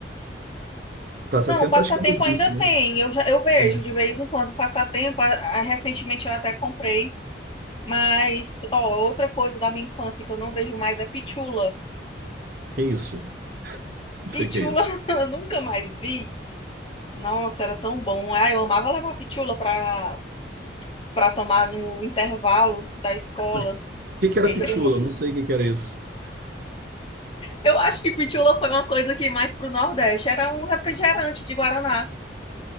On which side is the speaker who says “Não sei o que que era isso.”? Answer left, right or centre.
Right